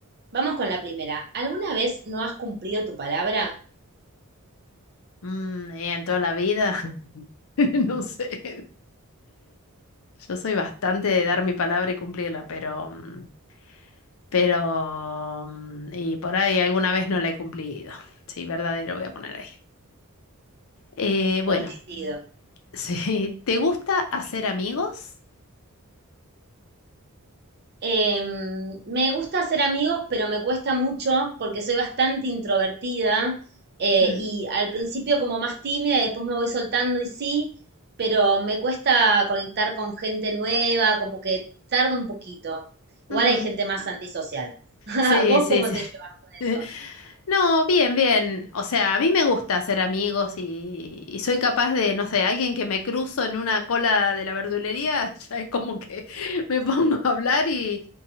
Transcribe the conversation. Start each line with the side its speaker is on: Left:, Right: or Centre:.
Right: vamos con la primera. ¿Alguna vez no has cumplido tu palabra?
Left: Mm, eh, en toda la vida. <laughs> No sé. Yo soy bastante de dar mi palabra y cumplirla, pero, mm, pero, mm, y por ahí alguna vez no la he cumplido. Sí, verdadero voy a poner ahí. Eh, bueno,
Right: Coincido.
Left: <laughs> sí, ¿te gusta hacer amigos?
Right: Em, me gusta hacer amigos, pero me cuesta mucho porque soy bastante introvertida eh,
Left: Mm,
Right: y al principio como más tímida y después me voy soltando y sí, pero me cuesta conectar con gente nueva, como que tarda un poquito.
Left: ujú.
Right: Igual hay gente más antisocial. <laughs>
Left: Sí,
Right: ¿Vos
Left: sí,
Right: cómo
Left: sí.
Right: te llevas con
Left: <laughs>
Right: eso?
Left: No, bien, bien. O sea, a mí me gusta hacer amigos y, y soy capaz de, no sé, alguien que me cruzo en una cola de la verdulería, <laughs> ya es como que <laughs> me pongo a hablar y